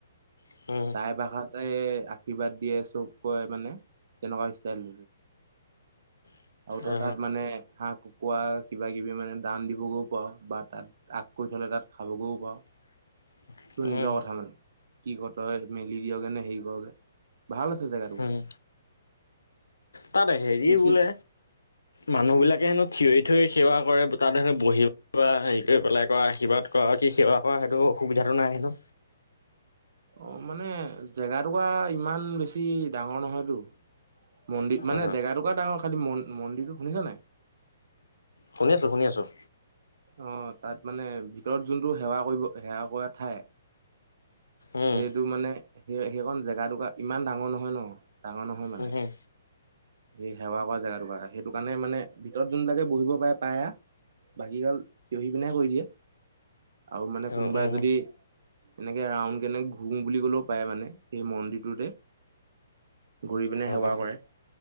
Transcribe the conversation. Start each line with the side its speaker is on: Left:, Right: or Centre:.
Left: উম
Right: টাই ভাষাতে আৰ্শীবাদ দিয়ে চব কৰে মানে তেনেকুৱা ষ্টাইল আৰু তো
Left: অ
Right: তাত মানে হাঁহ কু কুৱা কিবা কিবি মানে দান দিবগৈও পাৱ বা তাত আগ কৰি থলে তাত খাবগৈও পাৱ
Left: <unintelligible>
Right: তোৰ নিজৰ
Left: উম
Right: কথা মানে কি কৰ তই? মেলি দিয়গে নে হেৰি কৰগে? ভাল আছে জেগাটুকুৰা।
Left: উম তাত হেৰি
Right: বেছি
Left: বোলে। মানুহবিলাকে হেনো থিয়ৰি থিয়ৰি সেৱা কৰে, তাত হেনো বহি <unintelligible> পেলাই কৰা আৰ্শীবাদ কৰা কি সেৱা কৰা সেইটো অসুবিধাটো নাই হেনো?
Right: অ' মানে জেগাটুকুৰা ইমান বেছি ডাঙৰ নহয়তো। মন্দিৰ মানে
Left: অ
Right: জেগাটুকুৰা ডাঙৰ, খালী ম মন্দিৰটো। শুনিছা নাই?
Left: শুনি আছোঁ, শুনি আছোঁ।
Right: অ', তাত মানে ভিতৰত যোনটো সেৱা কৰিব, সেৱা কৰা ঠাই
Left: উম
Right: সেইটো মানে সেই-সেইকণ জেগাটুকুৰা ইমান ডাঙৰ নহয় ন, ডাঙৰ নহয় মানে।
Left: উম
Right: সেই সেৱা কৰা জেগাটুকুৰা সেইটো কাৰণে মানে ভিতৰত যোনবিলাকে বহিব পাই, পায় আ। বাকীগাল থিয় হৈ কেনে কৰি দিয়ে। আৰু মানে
Left: অ
Right: কোনোবাই
Left: অ
Right: যদি এনেকে ৰাউণ্ড কেনে ঘুমি বুলি ক'লেও পায় মানে সেই মন্দিৰটোতে। ঘূৰিপিনে সেৱা
Left: অ
Right: কৰে,